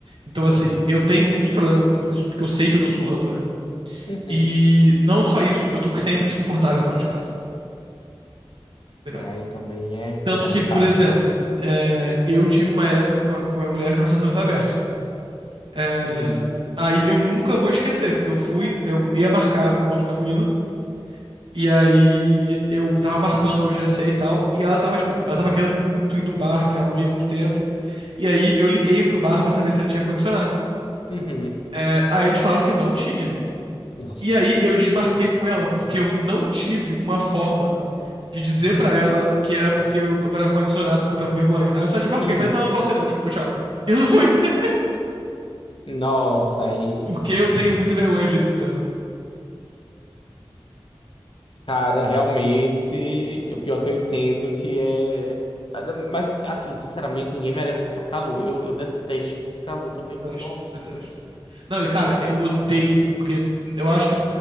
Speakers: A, on the right; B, on the left.
A: Então,
B: Uhum.
A: assim, eu tenho muito problema com isso, porque eu sei que eu tô suando, né?
B: Uhum.
A: E não só isso, eu tô sempre desconfortável fora de casa, entendeu?
B: É, aí também é,
A: Tanto
B: é complicado.
A: que, por exemplo, é, eu tive uma época com a, com a minha mulher que nosso relacionamento foi aberto. É,
B: Uhum.
A: aí eu nunca vou esquecer, porque eu fui, eu ia marcar o encontro com a menina, E aí eu tava marcando o GC e tal, e ela tava, tipo, ela tava querendo muito ir num bar, que ela não ia há muito tempo. E aí eu liguei pro bar pra saber se ele tinha ar-condicionado.
B: Uhum.
A: É, aí eles falaram que não tinha.
B: Nossa.
A: E aí eu desmarquei com ela, porque eu não tive uma forma de dizer pra ela que era porque eu tava ar-condicionado, porque eu tava com vergonha. Aí eu só desmarquei,
B: Uhum.
A: falei, não, não posso ir não, desculpa, tchau. E eu não fui, <laughs>
B: Nossa, aí,
A: porque eu tenho muita vergonha disso, entendeu?
B: cara, realmente, o pior que eu entendo que é. Mas, assim, sinceramente, ninguém merece passar calor. Eu, eu detesto passar calor também.
A: Detesto,
B: Nossa.
A: detesto. Não, e cara, eu odeio, porque eu acho que.